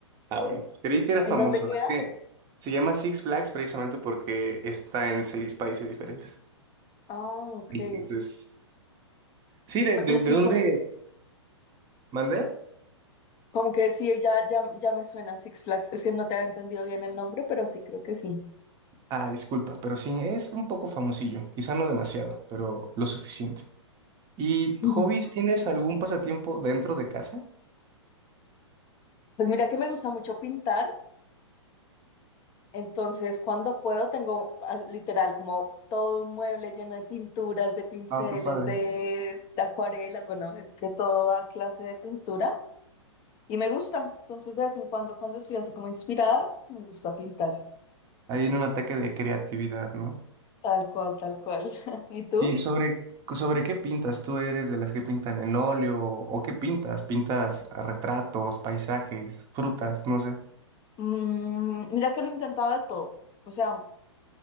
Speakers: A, on the right; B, on the left.
A: Ah, bueno. Creí que era
B: ¿En
A: famoso.
B: dónde queda?
A: Es que se llama Six Flags precisamente porque está en seis países diferentes.
B: Ah, ok.
A: Entonces, sí, ¿de,
B: Oye,
A: de,
B: sí,
A: de dónde
B: como que sí.
A: mandé?
B: Como que sí, ya, ya, ya me suena Six Flags. Es que no te había entendido bien el nombre, pero sí, creo que sí.
A: Ah, disculpa, pero sí, es un poco famosillo. Quizá no demasiado, pero lo suficiente. ¿Y
B: Ujú.
A: hobbies? ¿Tienes algún pasatiempo dentro de casa?
B: Pues mira que me gusta mucho pintar, entonces cuando puedo tengo ah, literal como todo un mueble lleno de pinturas, de pinceles,
A: Ah, qué padre.
B: de, de acuarelas, bueno, de, de toda clase de pintura. Y me gusta, entonces de vez en cuando, cuando estoy así como inspirada, me gusta pintar.
A: Ahí en un ataque de creatividad, ¿no?
B: Tal cual, tal cual. <laughs> ¿Y tú?
A: ¿Y sobre, sobre qué pintas? ¿Tú eres de las que pintan en óleo? ¿O qué pintas? ¿Pintas a retratos, paisajes, frutas? No sé.
B: Mm, mira que lo he intentado de todo. O sea,